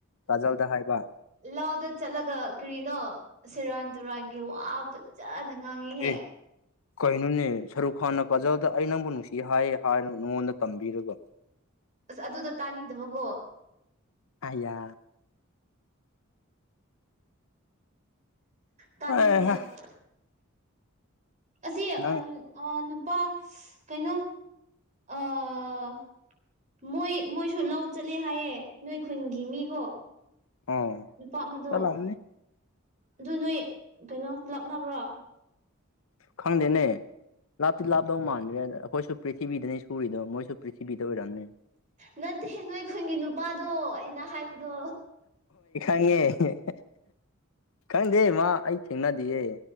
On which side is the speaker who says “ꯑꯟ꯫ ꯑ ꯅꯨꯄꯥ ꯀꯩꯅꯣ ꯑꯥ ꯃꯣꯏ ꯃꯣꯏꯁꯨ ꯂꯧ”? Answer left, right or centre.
Right